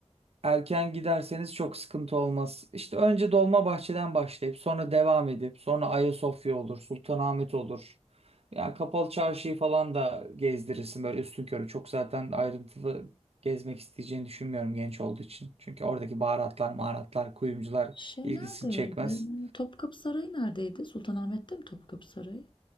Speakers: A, on the right; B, on the left.
A: Erken giderseniz çok sıkıntı olmaz. İşte önce Dolmabahçe'den başlayıp sonra devam edip sonra Ayasofya olur, Sultanahmet olur. Yani Kapalı Çarşı'yı falan da gezdirirsin böyle üstünkörü. Çok zaten ayrıntılı gezmek isteyeceğini düşünmüyorum genç olduğu için. Çünkü oradaki baharatlar, maharatlar, kuyumcular
B: Şey
A: ilgisini
B: neredeydi?
A: çekmez.
B: Topkapı Sarayı neredeydi? Sultanahmet'te mi Topkapı Sarayı?